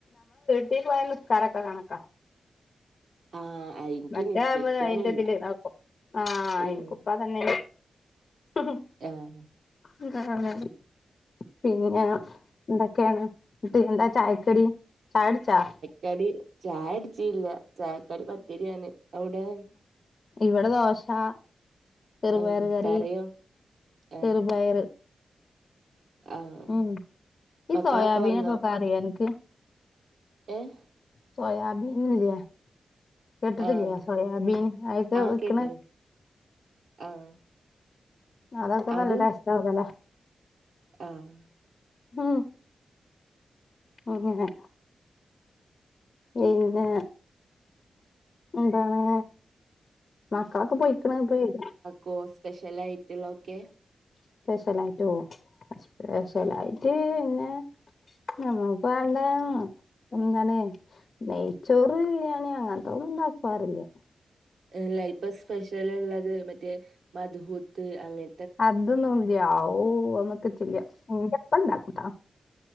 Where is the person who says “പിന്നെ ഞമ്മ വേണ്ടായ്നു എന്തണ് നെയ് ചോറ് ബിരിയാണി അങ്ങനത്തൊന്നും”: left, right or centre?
Left